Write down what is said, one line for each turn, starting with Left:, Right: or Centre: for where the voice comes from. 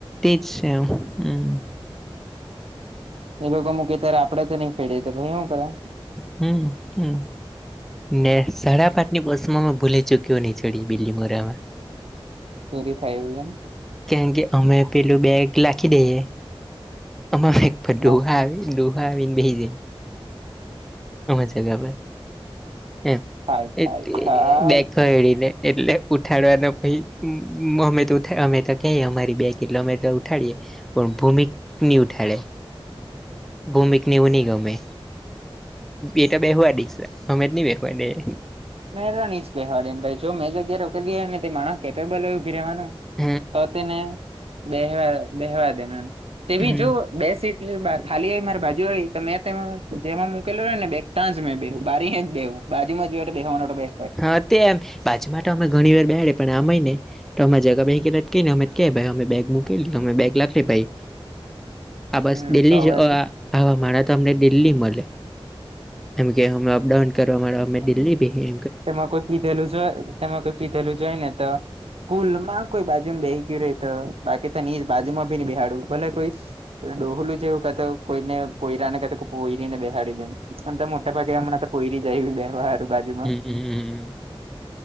Centre: જ તે હમ
Right: એ લોકો મૂકી ત્યારે આપડે તો નહી ફેડે તોછ એવું કરે
Centre: હમ હમ ને સાડા પાઠની બસ માં ભૂલે ચૂક્યો નહી ચડી બીલી મોરામાં
Right: છુરી ખાયું કે
Centre: કારણ કે અમે પેલું બેગ લખી દઈએ અમે દઘા
Right: હ
Centre: દઘાન બેસીી જાય આમ જગા ભાઈ એમ
Right: થાય થાય
Centre: એ
Right: થાય
Centre: બેડીને
Right: થાય
Centre: એટલે ઉઠાડવાનો પછ અમે તો ઉ અમે તો કે અમારી બેગ એટલે અમે તો ઉઠાડીએ ભૂમિક નિ ઉઠાે ભૂમિક વું નહી ગમે એ તો બેઠવા દઈશ અમે જ નહી બેઠવા દે એ
Right: મેરાની જ બેહેવાડેમ ભાઈ જો મેં જગ્યાએ રોકેલી ને માણ કેપેબલું ભી રહેવાનું
Centre: હ
Right: તો તેને બેવા બેવા દેના તે બી
Centre: હ
Right: જો બે સીટ ખાલી આ મારે બાજુ વાળી તો મેં ત જેમાં મોૂકેલલો હોય ને બે તાં જ મેં બેહું બારી જ બેહું બાજુમાં જો દવાનો બે
Centre: હા તે એમ પાછા માટે અમે ઘણી વાર બેડે પણ આમય ને તો અમે જગા બે કને અમે કે ભાઈ અમે બેગ મુૂકેલી અમે બેગ લખડી ભાઈ આ બસ
Right: હમ
Centre: દિલ્હી
Right: તો
Centre: જ
Right: વરી
Centre: આવા મારા તો અમને દિલ્હી મળે એમ કે અમે અપડાઉન કરવા અમે દિલ્હી ભી
Right: તેમાં કોઈ પીધેલું જો તેમાં કોઈ પીધેલું જોઈ ને તો પુલ માં કોઈ બાજુમાં બેહી ગયું રહી તો બાકી તો ની બાજુ માં ભી બેહાડવું ભલે કોઈ ડોલું જેું કા તો કોઈને કોયરા ને ક કોઈરીને બેહાડી દેમ અનેમ તો મોટા ભાગે હમણાં તો કોઈરી જાય બે હર બાજુમાં
Centre: હમ